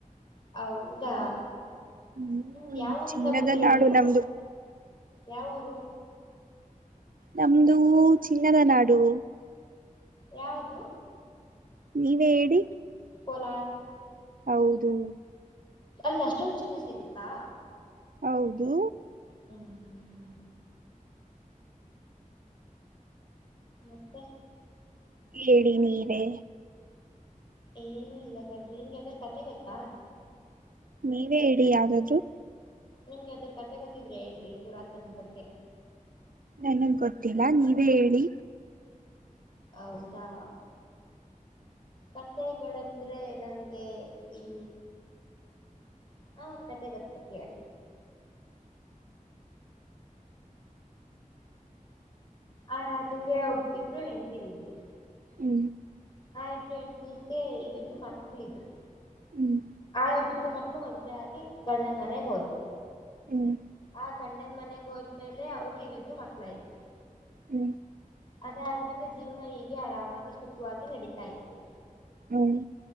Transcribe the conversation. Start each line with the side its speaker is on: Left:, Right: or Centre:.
Left: ಹೌದಾ
Right: ಹ್ಮ್
Left: ನಿಮ್ ಯಾವ ಊರಿಂದ
Right: ಚಿನ್ನದ
Left: ಬಂದಿರೋ
Right: ನಾಡು
Left: ನೀವು
Right: ನಮ್ದು
Left: ಯಾವ್ ಊರು
Right: ನಮ್ದ ಚಿನ್ನದ ನಾಡು
Left: ಯಾವುದು
Right: ನೀವೇ ಹೇಳಿ
Left: ಕೋಲಾರ್
Right: ಹೌದು
Left: ಅಲ್ ಅಷ್ಟೊಂದ ಚಿನ್ನ ಸಿಗುತ್ತಾ
Right: ಹೌದು
Left: ಹೂ ಹೂ ಮತ್ತೆ
Right: ಹೇಳಿ ನೀವೇ
Left: ಏನು ಇಲ್ಲ ಕಂಡ್ರಿ ನಿನ್ಗೆ ಅದ್ರ ಕಥೆ ಗೊತ್ತಾ
Right: ನೀವೇ ಇಡಿ ಯಾವ್ದಾದೂ
Left: ನಿಮ್ಗೆ ಅದ್ರ ಕಥೆ ಗೊತಿದ್ರೆ ಎಲ್ರಿ ಪೂರಾತರದ ಬಗ್ಗೆ
Right: ನಂಗೆ ಗೊತ್ತಿಲ್ಲ ನೀವೇ ಹೇಳಿ
Left: ಹೌದಾ ಕಥೆಗಳಂದ್ರೆ ನನ್ಗೆ ಈ ಹಾ ಒಂದ್ ಕಥೆ ಗೊತ್ತ ಕೇಳಿ ಆ ರಾಜಂದ ಒಬ್ ಇಬ್ರು ಹೆಣ್ದೀರಿ ಇದ್ರು
Right: ಹೂ
Left: ಹಾ ಇಬ್ರು ಎಣ್ಟೀರ್ಗೆ ಇ ಇಬ್ರು ಮಕ್ಕಳ ಇದ್ರು
Right: ಹ್ಮ್
Left: ಆ್್ರ ಮ ಮಗ್ ಆಗ ಗಂಡನ ಮನೆಗ್ ಹೋದ್ರು
Right: ಹ್ಮ್
Left: ಆ ಗಂಡನ ಮನೆಗೆ ಹೋದ್ ಆಮೇಲೆ ಅವ್ರಾಗ ಇದಿದ್ರು ಮಕ್ಳ ಐತು
Right: ಹೂ
Left: ಅದಾದ್ಮೇಲೆ ಜೀವನ ಹೀಗೆ ಆರಾಮಾಗಿ ಸುಖವಾಗಿ ನಡೀತಾ ಇತ್ತು
Right: ಹ್ಮ್